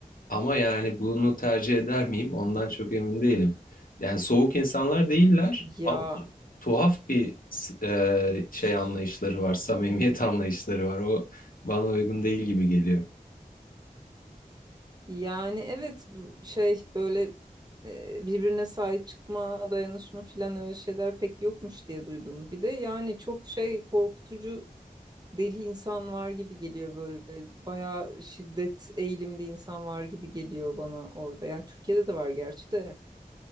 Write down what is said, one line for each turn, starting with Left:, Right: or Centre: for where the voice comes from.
Left: Ama yani bunu tercih eder miyim? Ondan çok emin değilim. Yani soğuk insanlar değiller
Right: Ya
Left: tuhaf bir e, şey
Right: s-
Left: anlayışları var, samimiyet <laughs> anlayışları var. O bana uygun değil gibi geliyor.
Right: Yani evet şey böyle e, birbirine sahip çıkma, dayanışma filan öyle şeyler pek yokmuş diye duydum. Bir de yani çok şey korkutucu deli insan var gibi geliyor böyle. Bayağı şiddet eğilimli insan var gibi geliyor bana orada. Yani Türkiye'de de var gerçi de